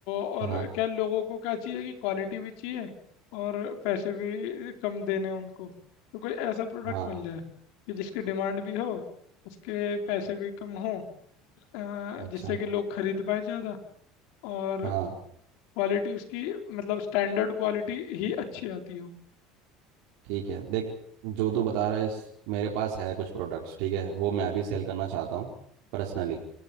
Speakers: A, on the left (about 70°); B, on the right (about 70°).
A: और
B: हाँ
A: क्या लोगों को क्या चाहिए कि क्वालिटी भी चाहिए और पैसे भी कम देने हैं उनको तो कोई ऐसा प्रोडक्ट
B: हाँ
A: मिल जाए कि जिसकी डिमांड भी हो उसके पैसे भी कम हो अ, जिससे
B: अच्छा
A: कि लोग खरीद पाए ज़्यादा और
B: हाँ
A: क्वालिटी उसकी मतलब स्टैंडर्ड क्वालिटी ही अच्छी आती हो
B: ठीक है देख जो तू बता रहा है इस- मेरे पास है कुछ प्रोडक्ट्स ठीक है वो मैं भी सेल करना चाहता हूँ पर्सनली